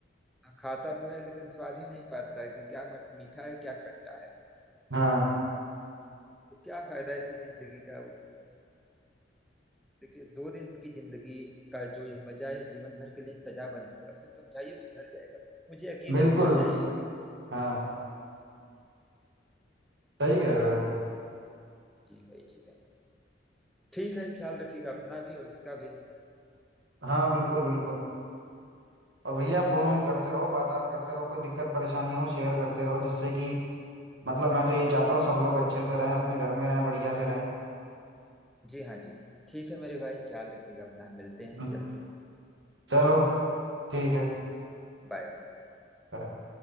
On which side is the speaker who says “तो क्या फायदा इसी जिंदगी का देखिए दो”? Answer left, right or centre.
Centre